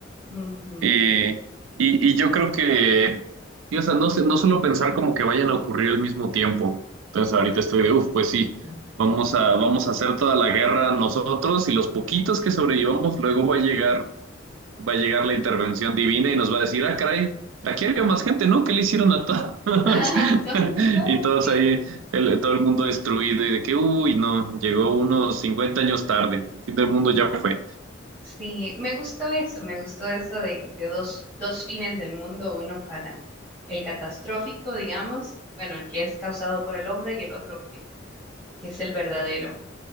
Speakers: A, on the right; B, on the right.
A: ujú.
B: Eh, y, y yo creo que, sí, o sea, no sé, no suelo pensar como que vayan a ocurrir al mismo tiempo. Entonces ahorita estoy de, uff, pues sí,
A: Mm.
B: vamos a, vamos a hacer toda la guerra nosotros y los poquitos que sobrevivamos, luego va a llegar, va a llegar la intervención divina y nos va a decir, ah, caray, aquí había más gente, ¿no? ¿Qué le hicieron a todos?
A: <laughs>
B: <laughs>
A: ¿Dónde está todo?
B: Y todos
A: Sí.
B: ahí, el- todo el mundo destruido y de que, uy, no, llegó unos 50 años tarde, el fin del mundo
A: Mm,
B: ya fue.
A: Sí, me gustó eso, me gustó eso de, de dos, dos fines del mundo, uno para el catastrófico, digamos, bueno, el que es causado por el hombre y el otro que, que es el verdadero.